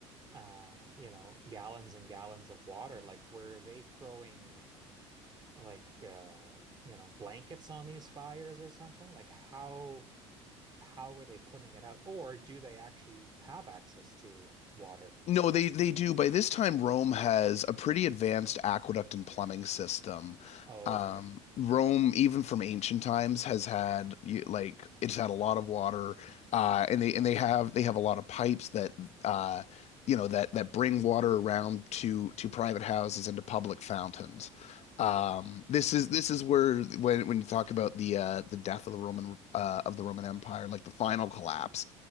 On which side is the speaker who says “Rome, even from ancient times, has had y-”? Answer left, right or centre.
Left